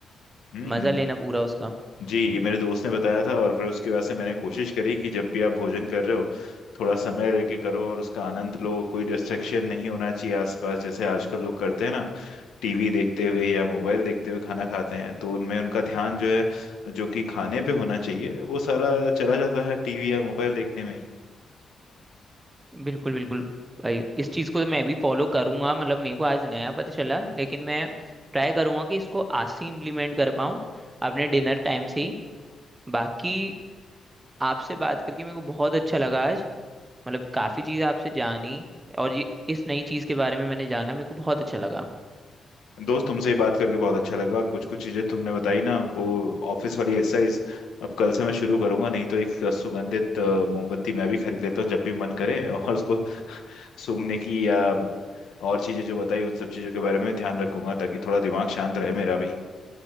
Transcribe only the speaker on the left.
हम्म
जी ये मेरे दोस्त ने बताया था और फिर उसके बाद से मैंने कोशिश करी कि जब भी आप भोजन कर रहे हो थोड़ा समय लेके करो और उसका आनंद लो कोई डिस्ट्रैक्शन नहीं होना चाहिए आसपास जैसे आजकल लोग करते हैं ना टीवी देखते हुए या मोबाइल देखते हुए खाना खाते हैं तो उनमें उनका ध्यान जो है जो कि खाने पे होना चाहिए वो सारा चला जाता है टीवी या मोबाइल देखने में
दोस्त तुमसे ही बात करके बहुत अच्छा लगा और कुछ कुछ चीजें तुमने बताई ना वो ऑफिस वाली एक्सरसाइज अब कल से मैं शुरू करूंगा नहीं तो एक सुगंधित अ, मोमबत्ती मैं भी खरीद लेता हूँ जब भी मन करे और उसको सूंघने की या और चीजें जो बताई उन सब चीजों के बारे में ध्यान रखूंगा ताकि थोड़ा दिमाग शांत रहे मेरा भी